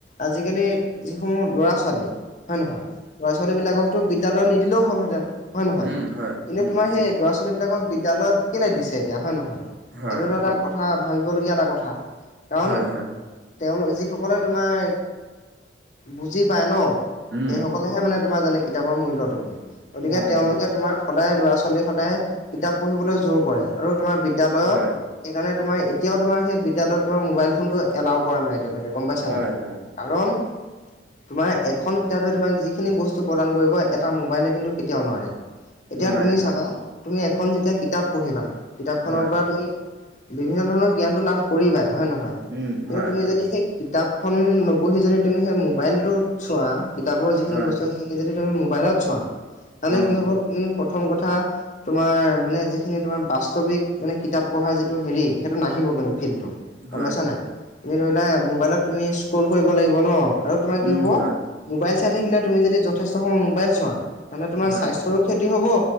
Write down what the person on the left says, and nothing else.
আজিকালি যিসমূহ ল'ৰা ছোৱালী হয় নহয় ল'ৰা ছোৱালী বিলাককো বিদ্যালয়ত নিদিলেও হ'লহেঁতেন হয় নহয়
কিন্তু
তোমাৰ সেই ছোৱালী বিলাকক বিদ্যালয়ত কেলে দিছে এতিয়া হয় ন নহয়
সেইটো এটা কথা ভাবিবলগীয়া এটা কথা কাৰণ
তেওঁলোক যিসকলে তোমাৰ বুজি পায় ন
সেই সকলেহে মানে তোমাৰ জানে কিতাপৰ মূল্যটো কি গতিকে
তেওঁলোকে
তোমাৰ সদায় ল'ৰা ছোৱালী সদায় কিতাপ পঢ়িবলৈ জোৰ কৰে আৰু তোমাৰ বিদ্যলয়ত
সেইকাৰণে তোমাৰ এতিয়াও তোমাৰ সেই বিদ্যালয়ত তোমাৰ মোবাইল ফোনটো এলাও কৰা নাই এতিয়ালকে গ'ম পাইছা
নাই।
কাৰণ তোমাৰ এখন কিতাপে তোমাক যিখিনি বস্তু প্ৰদান কৰিব এটা মোবাইলে কিন্তু কেতিয়াও নোৱাৰে। এতিয়া
তুমি চাবা
তুমি এখন যেতিয়া কিতাপ পঢ়িবা কিতাপখনৰ
পৰা তুমি বিভিন্ন ধৰণৰ জ্ঞানটো লাভ কৰিবাই হয় নে নহয়
কিন্তু
তুমি
যদি সেই কিতাপ খন নপঢ়ি যদি তুমি সেই মোবাইল টো চোৱা কিতাপৰ যিখিনি
বস্তু যদি তুমি মোবাইলত চোৱা তেন্তে
কি হ'ব তুমি প্ৰথম কথা তোমাৰ মানে যিখিনি তোমাৰ মানে কিতাপ পঢ়াৰ যিটো হেৰি সেইটো নাহিব কিন্তু ফিল্ডটো, গম
পাইছা নাই? তুমি ধৰিলা মোবাইলত তুমি স্ক্ৰল কৰিব লাগিব ন আৰু তোমাৰ কি
হ'ব!
মোবাইল চাই থাকিলে তুমি যদি যথেষ্ট সময়ত মোবাইল চোৱা। তেন্তে তোমাৰ
স্বাস্থ্যৰো ক্ষতি হ'ব